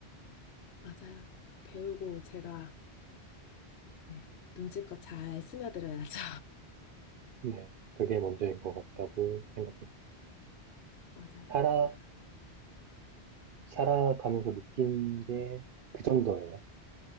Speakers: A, on the left; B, on the right.
A: 맞아요. 배우고 제가 네, 눈치껏 잘 스며들어야죠.
B: 네. 그게 먼저인 것 같다고 생각했어요.
A: <laughs> 맞아요.
B: 살아,
A: 아,
B: 살아가면서 느낀 게 그 정도예요.